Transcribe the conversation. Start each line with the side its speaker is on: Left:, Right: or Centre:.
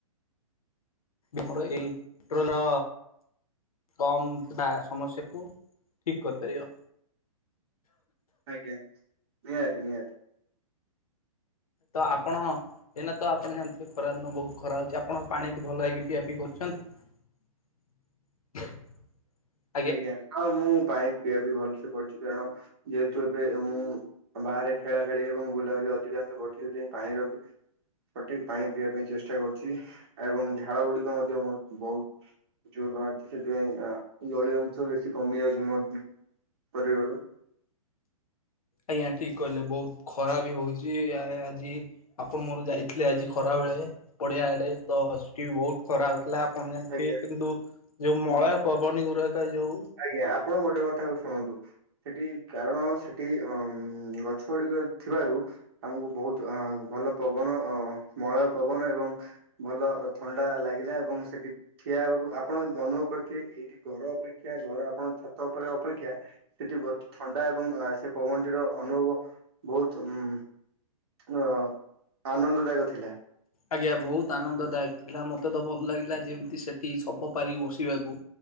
Left: ଆମର ଏଲ୍ ଟ୍ରୋଲ କମ୍ ଥିବା ସମସ୍ୟାକୁ ଠିକ୍ କରିପାରିବ।
Right: ଆଜ୍ଞା ନିହାତି ନିହାତି।
Left: ତ ଆପଣ ଏଇନା ତ ଆପଣ ଜାଣିଥିବେ ଖରାଦିନ ବହୁତ ଖରା ହଉଚି ଆପଣ ପାଣି ଟି ଭଲ ଭାଇକି ପିଆ ପିଇ କରୁଚନ୍ତି? <inaudible>
Right: ଆଜ୍ଞା ହଁ ମୁଁ ପାଣି ପିଆ ପିଇ ଭଲସେ କରୁଚି କାରଣ ଯେହେତୁ ଏବେ ମୁଁ ବାହାରେ ଖେଳା ଖେଳି ଏବଂ ବୁଲାବୁଲି ଅଧିକାଂଶ କରୁଚି ସେଥିପାଇଁ ପାଣିର ବି ସଠିକ୍ ପାଣି ପିଇବା ପାଇଁ ଚେଷ୍ଟା କରୁଚି ଏବଂ ଝାଳ ଗୁଡିକ ମଧ୍ୟ ମୋ ବହୁତ୍ ଜୋର୍ ବାହାରୁଚି ସେଥିପାଇଁ ଆ ଜଳୀୟ ଅଂଶ ବେଶୀ କମି ଯାଉଚି ମୋ ଶରୀରରୁ।
Left: ଆଜ୍ଞା ଠିକ୍ କଇଲେ ବହୁତ ଖରା ବି ହଉଚି ଆଉ ଆଜି ଆପଣ ମୋର ଯାଇଥିଲେ ଆଜି ଖରା ବେଳେ ପଡିଆ ଆଡେ ତ ସେଠି ବହୁତ ଖରା ହଉଥିଲା। ଆପଣ ଜାଣିଥିବେ
Right: ଆଜ୍ଞା
Left: କିନ୍ତୁ ଯୋଉ ମଳୟ
Right: ହୁଁ।
Left: ପବନ ଗୁୁରାକ ଯୋଉ
Right: ଆଜ୍ଞା ଆପଣ ଗୋଟେ କଥା କୁ ଶୁଣନ୍ତୁ। ସେଠି କାରଣ ସେଠି ଅ ଗଛ ଗୁଡିକ ଥିବାରୁ। ଆମକୁ ବହୁତ ଅ ଭଲ ପବନ ଅ ମଳୟ ପବନ ଏବଂ ଭଲ ଥଣ୍ଡା ଲାଗିଲା ଏବଂ ସେଠି ଠିଆ ହେବାକୁ ଆପଣ ଅନୁଭବ କରିଥିବେ ଏଇଠି ଘର ଅପେକ୍ଷା ଅପେକ୍ଷା ଘର ଆପଣଙ୍କ ଛାତ ଉପରେ ଅପେକ୍ଷା। ସେଠି ବହୁତ ଥଣ୍ଡା ଏବଂ ସେ ପବନଟିର ଅନୁଭବ ବହୁତ ଉଁ ଅ ଆନନ୍ଦଦାୟକ ଥିଲା।
Left: ଆଜ୍ଞା ବହୁତ ଆନନ୍ଦଦାୟକ ଥିଲା ମୋତେ ତ ଭଲ ଲାଗିଲା ଯେମିତି ସେଠି ସପ ପାରିକି ବସିବାକୁ।